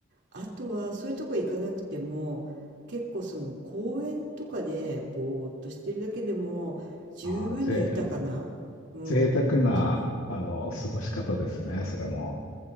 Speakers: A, on the right; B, on the left.
A: あとはそういうとこ行かなくても結構その公園とかでぼーっとしてるだけでも十分に豊かな、
B: ああ、ぜ、
A: うん、
B: 贅沢な、
A: 気分。
B: あの、過ごし方ですね、それも。